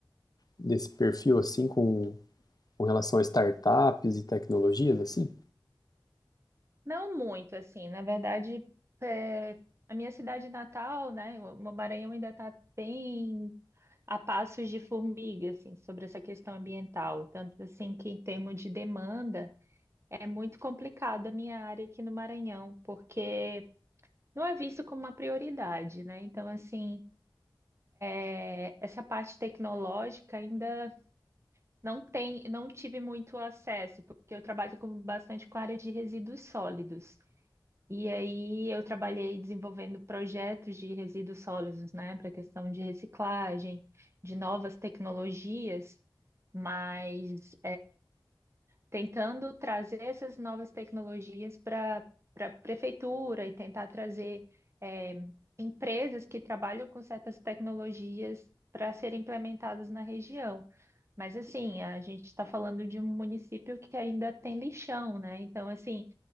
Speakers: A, on the left; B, on the right.
A: desse perfil assim com, com relação a startups e tecnologias assim?
B: Não muito, assim, na verdade, é, a minha cidade natal, né, o o Maranhão ainda está bem a passos de formiga, assim, sobre essa questão ambiental. Tanto assim que em termos de demanda, É muito complicada a minha área aqui no Maranhão, porque não é visto como uma prioridade, né? Então, assim, é, essa parte tecnológica ainda não tem, não tive muito acesso, porque eu trabalho com, bastante com a área de resíduos sólidos. E aí eu trabalhei desenvolvendo projetos de resíduos sólidos, né, para questão de reciclagem, de novas tecnologias, mas tentando trazer essas novas tecnologias para para a prefeitura e tentar trazer eh, empresas que trabalham com certas tecnologias para serem implementadas na região. Mas assim, a gente está falando de um município que ainda tem lixão, né? Então, assim,